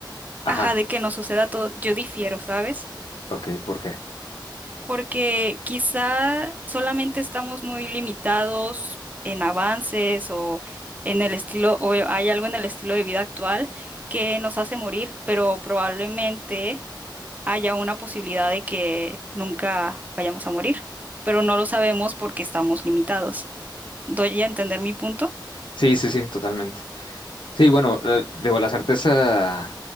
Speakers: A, on the left (about 80°); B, on the right (about 20°).
A: Ajá,
B: ajá, de que no suceda todo, yo difiero, ¿sabes?
A: ok, ¿por qué?
B: porque quizá solamente estamos muy limitados en avances o en el estilo, o hay algo en el estilo de vida actual que nos hace morir, pero probablemente haya una posibilidad de que nunca vayamos a morir, pero no lo sabemos porque estamos limitados. ¿Doy a entender mi punto?
A: Sí, sí, sí, totalmente. Sí, bueno, eh, digo, la certeza